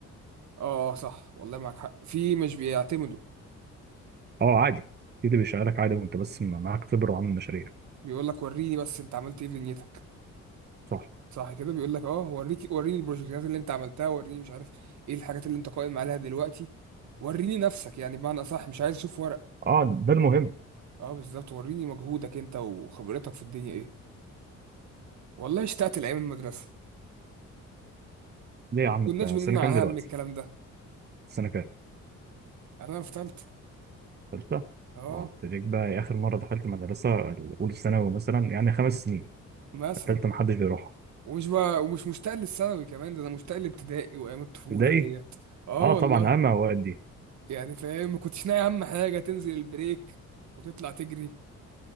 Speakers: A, on the right; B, on the right.
A: اه صح والله معاك حق في مش بيعتمدوا
B: اه عادي في اللي بيشغلك عادي وانت بس معاك خبره وعامل مشاريع
A: بيقول لك وريني بس انت عملت ايه في دنيتك
B: صح
A: صح كده بيقول لك اه وريك وريني البروجكتات اللي انت عملتها وريني مش عارف ايه الحاجات اللي انت قائم عليها دلوقتي وريني نفسك يعني بمعنى اصح مش عايز اشوف ورق
B: اه ده المهم
A: اه بالظبط وريني مجهودك انت وخبرتك في الدنيا ايه والله اشتقت لايام المدرسه
B: ليه يا
A: ما
B: عم
A: كناش
B: انت
A: بنمنع
B: سنه كام دلوقتي
A: اهم الكلام ده
B: سنه كام
A: انا في ثالثه
B: ثالثة
A: اه
B: اه ابتديت بقى إيه، آخر مرة دخلت مدرسة أولى ثانوي مثلا يعني خمس سنين
A: مثلا
B: التالتة محدش بيروحها
A: ومش بقى ومش مشتاق للثانوي كمان ده انا مشتاق لابتدائي وايام الطفوله
B: ابتدائي
A: ديت اه
B: اه
A: والله
B: طبعا عامة أوقات دي
A: يعني فاهم ما كنتش ناقي اهم حاجه تنزل البريك وتطلع تجري